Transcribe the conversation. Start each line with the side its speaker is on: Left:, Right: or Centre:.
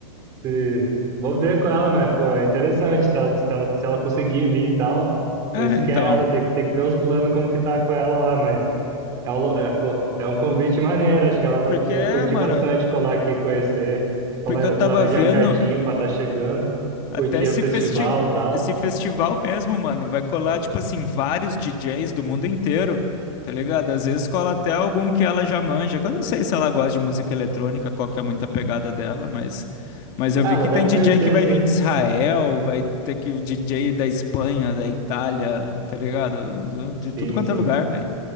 Right: Se, vou ver com ela, mas, pô, é interessante. Se ela, se ela, se ela conseguir vir e tal.
Left: é,
Right: Esse
Left: então,
Right: que é ela, tem, que- tem que ver os planos, como que tá com ela lá, mas. É, um lo- é, pô, é um convite maneiro, acho que ela
Left: porque,
Right: vai eh, curtir
Left: mano,
Right: bastante colar aqui, conhecer, plane-
Left: porque eu tava
Right: planejar
Left: vendo
Right: certinho pra estar chegando,
Left: Até
Right: curtir
Left: esse
Right: o festival
Left: festival,
Right: e tal.
Left: esse festival mesmo, mano, vai colar, tipo assim, vários DJs do mundo inteiro, tá ligado? Às vezes cola até algum que ela já manja, que eu não sei se ela gosta de música eletrônica, qual que é muito a pegada dela, mas, mas eu
Right: Ah,
Left: vi
Right: ela
Left: que
Right: deve
Left: tem DJ
Right: conhecer,
Left: que vai
Right: sim.
Left: vir de Israel,
Right: Ah,
Left: vai ter que o DJ da Espanha, da Itália, tá ligado? Do- de tudo
Right: sim,
Left: quanto
Right: sim.
Left: é lugar, velho.